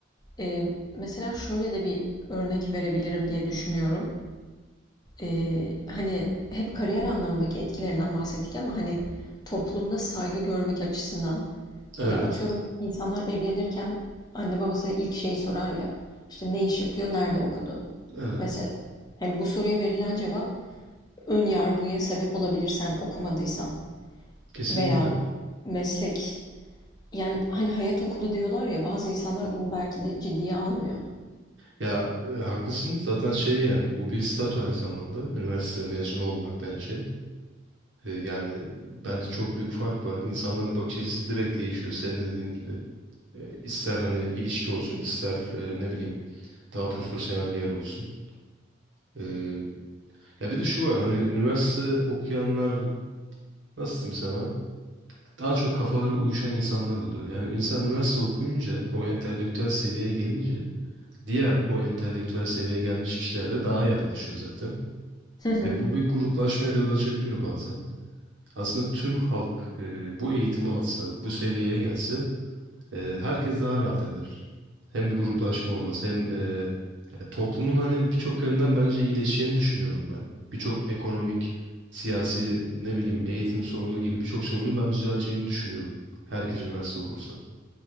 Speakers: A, on the left (about 20°); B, on the right (about 70°).
A: Ee, mesela şöyle de bir örnek verebilirim diye düşünüyorum. Ee, hani hep kariyer anlamındaki etkilerinden bahsettik ama hani toplumda saygı görmek açısından
B: Evet.
A: ya atıyorum insanlar evlenirken anne babası ilk şeyi sorar ya işte ne iş yapıyor, nerede okudu
B: Evet.
A: mesela. Hani bu soruya verilen cevap ön yargıya sebep olabilir sen okumadıysan
B: Kesinlikle.
A: veya meslek Yani hani hayat okulu diyorlar ya bazı insanlar onu belki de ciddiye almıyor.
B: Ya e, haklısın. Zaten şey yani bu bir statü aynı zamanda. Üniversite mezunu olmak bence. E, yani bence çok büyük fark var. İnsanların bakış açısı direkt değişiyor. Senin de dediğin gibi. E, ister hani ilişki olsun, ister e, ne bileyim daha profesyonel bir yer olsun. E, ya bir de şu var hani üniversite okuyanlar nasıl diyeyim sana? daha çok kafaları uyuşan insanlar oluyor. Yani insan üniversite okuyunca o entelektüel seviyeye gelince diğer o entelektüel seviyeye gelmiş kişilerle daha iyi anlaşıyor zaten.
A: Hı hı.
B: Ve bu bir gruplaşmaya da yol açabiliyor bazen. Aslında tüm halk e, bu eğitimi alsa, bu seviyeye gelse e, herkes daha rahat eder. Hem bir gruplaşma olmaz hem e, e, toplumun hani birçok yönden bence iyileşeceğini düşünüyorum ben. Birçok ekonomik, siyasi, ne bileyim eğitim sorunu gibi birçok sorunun ben düzeleceğini düşünüyorum. Herkes üniversite okursa.